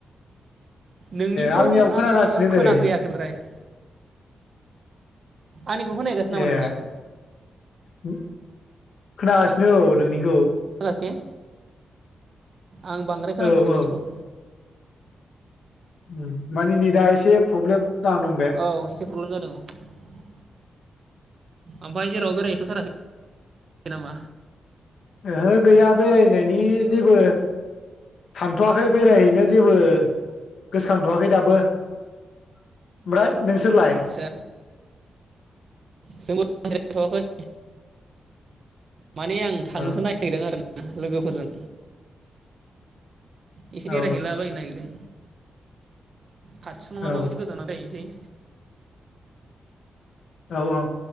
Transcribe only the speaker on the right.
नोंनिखौ
आङो
खोनाफैयाखै ओमफ्राय आंनिखौ खोनाहैगासिनो नामा
नोंलाय
एसे आं बांद्राय खोनाफैयाखै
नोंनिखौ
औ एसे प्रब्लेम जादों औ ओमफाय जेरावबो बेराय हैथ'थाराखै नामा?
आदसा जोंबो बेराथ'याखै माने आं थांनोसो
नायागिरदों आरो ना लोगोफोरजों इसि
बेरायहैला बायनो नागिरदों। खाथियाव नङाबाबो
एसे गोजानाव बेरायहैनोसै